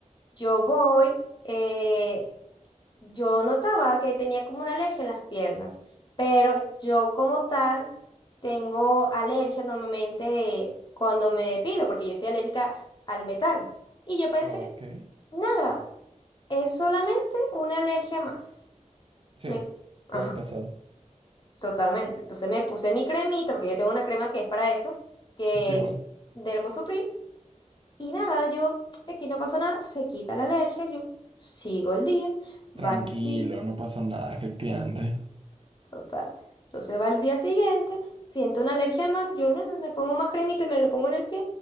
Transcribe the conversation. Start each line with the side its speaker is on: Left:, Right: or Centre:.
Left: Yo voy, eh, yo notaba que tenía como una alergia en las piernas, pero yo como tal tengo alergia normalmente cuando me depilo, porque yo soy alérgica al metal. Y yo pensé,
Right: Ah, Ok.
Left: nada, es solamente una alergia más.
Right: Sí,
Left: Me- Ajá,
Right: puede pasar.
Left: totalmente. Entonces me puse mi cremita, porque yo tengo una crema que es para eso, que
Right: Sí, igual.
Left: es de Hermosupril, y nada, yo, aquí no pasó nada, se quita la alergia, yo sigo el día,
Right: Tranquilo,
Left: va el día,
Right: no pasó nada, efectivamente.
Left: total. Entonces va el día siguiente, siento una alergia más, yo nada, me pongo más cremita y me lo pongo en el pie.